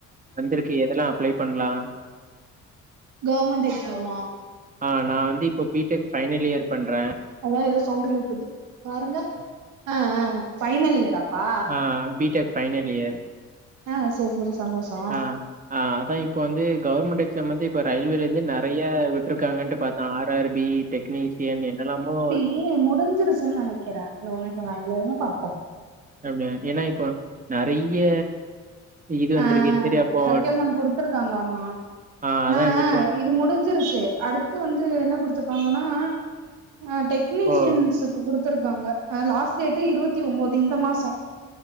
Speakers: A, on the right; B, on the right.
A: வந்துருக்கு எதெல்லா அப்ளே பண்ணலா
B: கவர்மெண்ட் எக்ஸாமா
A: ஆ நா வந்து இப்ப பி டெக் ஃபைனல் இயர் பண்றே
B: அதா ஏதோ சவுண்ட் கேக்குது பாருங்க ஆ ஆ ஃபைனல் இயராப்பா
A: ஆ பிடெக் ஃபைனல் இயர்.
B: ஆ செரி செரி சந்தோஷோ
A: ஆ, ஆ அதா இப்ப வந்து கவர்மெண்ட் எக்ஸாம் வந்து இப்ப ரயில்வேல இருந்து நெறையா விட்டுருக்காங்கட்டு பாத்தோ ஆர் ஆர் பி டெக்னீசியன் என்னெல்லாமோ
B: ஏ முடிஞ்சிருச்சின்னு நெனைக்கிறே இந்த ஒரு நிம்சோ லயன்லயே இருங்க பாப்போ
A: அப்டியா ஏன்னா இப்போ நெறைய இது வந்திருக்கு.
B: ஆ
A: சரி அப்போ
B: ரெக்யூர்மென்ட் குடுத்துருக்காங்க ஆமா
A: ஆ அதான்
B: நா
A: இப்போ
B: இது முடிஞ்சிருச்சி அடுத்து வந்து என்ன குடுத்துருக்காங்கன்னா ஆ டெக்னீஷியன்ஸ
A: ஓ!
B: க்கு குடுத்துருக்காங்க ஆ லாஸ்ட் டேட் இருவத்தி ஒம்போது இந்த மாசோ